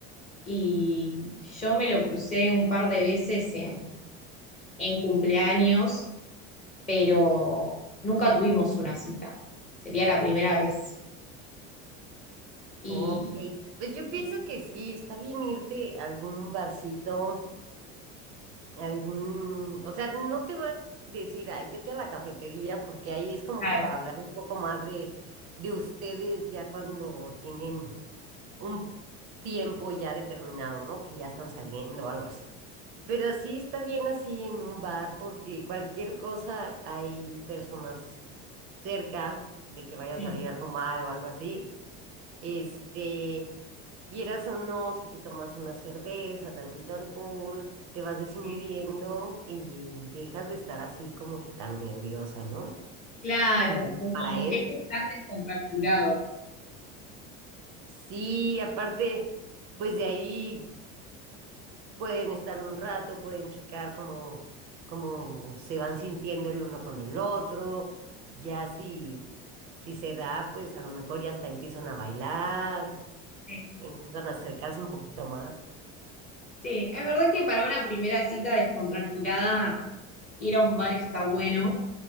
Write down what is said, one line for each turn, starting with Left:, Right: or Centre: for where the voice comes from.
Left: y yo me lo crucé un par de veces en, en cumpleaños, pero nunca tuvimos una cita. Sería la primera vez. Y
Right: Ok, pues yo pienso
Left: sí,
Right: que sí, está bien irte a algún barcito, algún, o sea, no te voy a decir, ay, vete a la cafetería, porque ahí es como
Left: claro,
Right: que para hablar un poco más de, de ustedes ya cuando tienen un tiempo ya determinado, ¿no? Que ya están saliendo o algo así. Pero así está bien así en un bar porque cualquier cosa hay personas cerca de que vaya
Left: sí,
Right: a salir algo mal o algo así. Este, quieras o no, si te tomas una cerveza, tantito alcohol, te vas desinhibiendo
Left: sí,
Right: y dejas de estar así como que tan nerviosa, ¿no?
Left: claro,
Right: Y
Left: como
Right: para él,
Left: que es tan descontracturado.
Right: sí, aparte, pues de ahí. Pueden estar un rato, pueden checar cómo, cómo se van sintiendo el uno con el otro. Ya si, si se da, pues a lo mejor ya hasta empiezan a bailar,
Left: Sí.
Right: empiezan a acercarse un poquito más.
Left: Sí, es verdad que para una primera cita descontracturada, ir a un bar está bueno.